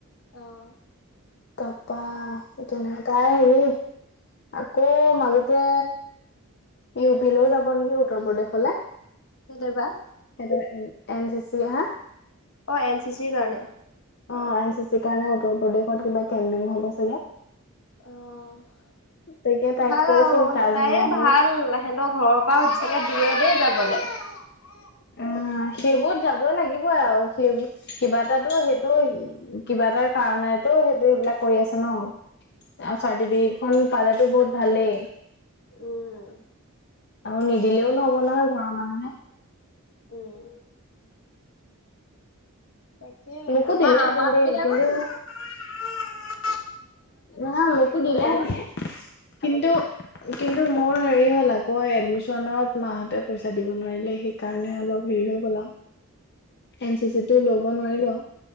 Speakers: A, on the left; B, on the left.
A: অ',
B: তাৰপৰা তেনেকা তাই হেৰি। আকৌ মাজেতে। ইউ পি লৈও যাব নেকি উত্তৰ প্ৰদেশলৈ।
A: কেলে বা?
B: সিটো এনচিচি হা।
A: অ এনচিচিৰ কাৰণে।
B: অ এনচিচিৰ কাৰণে উত্তৰ প্ৰদেশত কিবা কেম্পিং হব চাগে।
A: অহ।
B: তাকে তাইক
A: ভাল
B: কৈছো
A: আৰু
B: তাজমহল
A: তাইৰ ভাল সিহতৰ ঘৰৰ পৰাও। দিয়ে দেই যাবলৈ। <unintelligible>
B: অ'।। উম সেইবোৰত যাবই লাগিবই আৰু সেইবোৰ কিবা এটাতো সেইটো কিবা এটাৰ কাৰণ ণটো সেইটো সেইবিলাক কৰি আছে ন'। আৰু চাৰ্টিফিকেটখন পালাটো বহুত ভালে।
A: উম,
B: আৰু নিদিলেও নহ'ব নহয় ঘৰৰ মানুহে।
A: উম, তাকে
B: মোকো
A: আমাৰ
B: দিলেহেঁতেন
A: আমাৰ
B: দেই
A: বিলাকত
B: কিন্তু
A: নি
B: না মোকো দিলে
A: যাবলে।
B: <unintelligible> কিন্তু কিন্তু মোৰ হেৰি হ'ল আকৌ এডমিচনত মাহঁতে পইচা দিব নোৱাৰিলে। সেইকাৰণে অলপ হেৰি হ'ল। এন চি চি টো ল'ব নোৱাৰিলো আও,